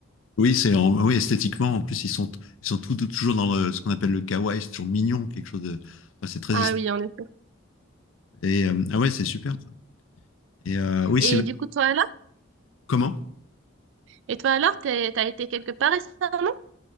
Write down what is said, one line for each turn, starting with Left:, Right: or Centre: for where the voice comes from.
Left: Oui, c'est en- oui esthétiquement. En plus, ils sont, ils sont tout- tout- toujours dans le- ce qu'on appelle le kawaii, c'est toujours mignon, quelque chose de. enfin, c'est très
Right: Ah
Left: esthétique.
Right: oui, en effet.
Left: Et euh, ah ouais, c'est super. ça. Et euh, oui,
Right: Et
Left: c'est
Right: du coup, toi, alors?
Left: comment?
Right: Et toi, alors, t'es- t'as été quelque part récemment?